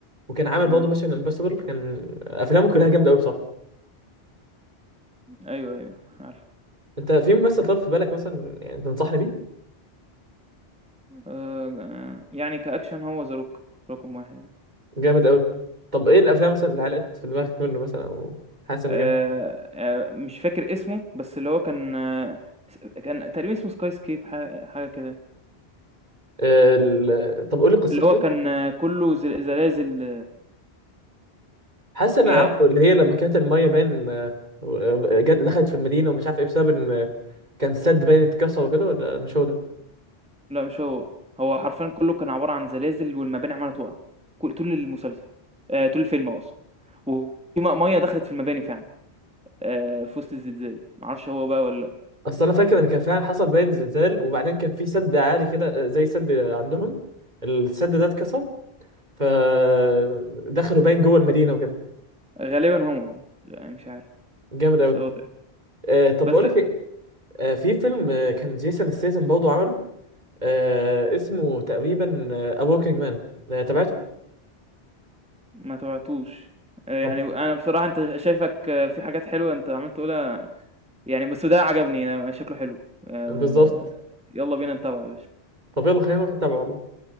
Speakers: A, on the right; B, in the centre.
A: وكان عامل برضه
B: آه،
A: ميشن امبوسيبل كان افلامه كلها جامده قوي صح
B: أيوه، أيوه عارفه.
A: انت في ممثل طب في بالك مثلا يعني تنصحني بيه
B: آآ، يعني كأكشن هو The Rock رقم 1
A: جامد قوي طب ايه الافلام مثلا اللي علقت في دماغك منه مثلا او حاسس انه
B: آآ،
A: جامد
B: آآ، مش فاكر اسمه، بس اللي هو كان س كان تقريبًا اسمه Skyscape ح حاجة حاجة كده،
A: آه، ال... طب قولي قصته
B: اللي هو
A: كده
B: كان آه، كُلّه زل زلازل
A: حاسس ان
B: ي
A: انا عارفه اللي هي لما كانت الميه باين آه، آه، جت دخلت في المدينه ومش عارف ايه بسبب ان آه، كان سد باين اتكسر وكده ولا مش هو ده
B: لأ مش هو، هو حرفيًا كلّه كان عبارة عن زلازل والمباني عمّالة تُقع، كل طول المسلسل آآ طول الفيلم أقصد، وفي م مَيّة دخلت في المباني فعلًا آآ في وسط الزلزال، ما أعرفش هو بقى والّا
A: اصل انا فاكر ان كان فعلا حصل باين زلزال وبعدين كان في سد عالي كده آه، زي سد عندهم السد ده اتكسر فدخلوا باين جوه المدينه وكده
B: لأ، غالبًا هو يعني، يعني مش عارف،
A: جامد قوي
B: بس هو تقريبًا
A: آه، طب
B: بس
A: بقول لك ايه، آه، في فيلم آه، كان جيسون ستاثام برضه عمله آه اسمه تقريبا افوركينج مان تابعته
B: ما تابعتوش آآ
A: طب
B: يعني أنا بصراحة أنت شايفك آه، في حاجات حلوة أنت عمّال تقولها يعني بس ده عجبني، أنا شكله حلو آآ
A: بالظبط
B: يالّا بينا نتابعه يا باشا،
A: طب يلا خلينا نروح نتابعه والله